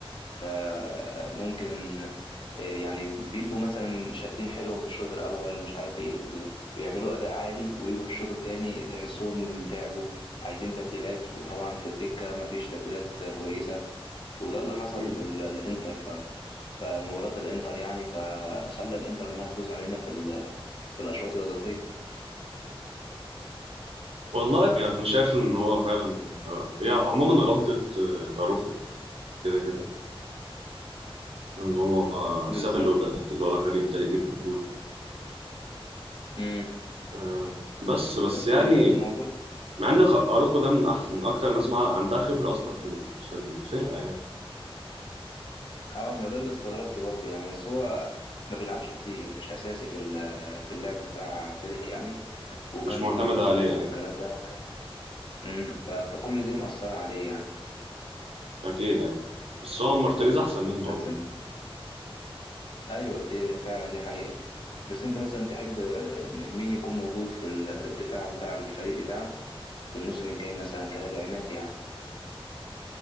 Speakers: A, on the left; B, on the right.
A: فممكن آه، يعني بيبقوا مثلا شادين حيلهم في الشوط الاول مش عارف ايه ال- بيعملوا اداء عالي ويجوا في الشوط التاني تحسهم تعبوا عايزين تبديلات وطبعا في الدكة مفيش تبديلات كويسة وده اللي حصل
B: مم.
A: في ال- الانتر ف... فمباراة الانتر يعني فخلى الانتر انها تفوز علينا في ال... في الاشواط الاضافية
B: والله انا يعني شايف ان هو فعلا هي عموما غلطه آه، اروخو كده كده ان هو
A: بالظبط
B: ساب الولد اللي هو الغريب ده اللي يجيب الجول
A: امم
B: آه بس بس
A: بس
B: يعني
A: ال- الموضوع
B: مع ان خ- اروخو ده من احسن من اكتر الناس مع عندها خبره اصلا في ال- في الفرقه يعني
A: اه ما ده اللي استغربته برضه يعني بس هو ما بيلعبش كتير مش اساسي في ال- في اللعب بتاع فيليك يعني وكان
B: مش معتمد
A: طبعا مصاب
B: عليه يعني
A: والكلام ده امم ف... فكل دي مأثرة عليه يعني
B: اكيد يعني بس هو مارتينيز احسن منه
A: بس
B: عموما
A: انت ايوه دي فعلا دي حقيقة بس انت مثلا تحب مين يكون موجود في الدفاع بتاع الفريق بتاعك في الموسم الجاي مثلا كتدعيمات يعني